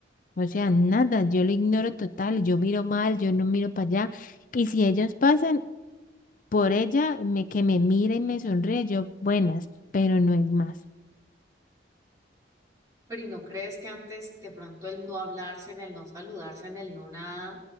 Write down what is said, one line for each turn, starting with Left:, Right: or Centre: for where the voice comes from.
Left: O sea, nada, yo lo ignoro total, yo miro mal, yo no miro para allá. Y si ellos pasan por ella, me, que me mira y me sonríe, yo buenas, pero no es más.
Right: Pero ¿y no crees que antes de pronto el no hablarse, en el no saludarse, en el no nada,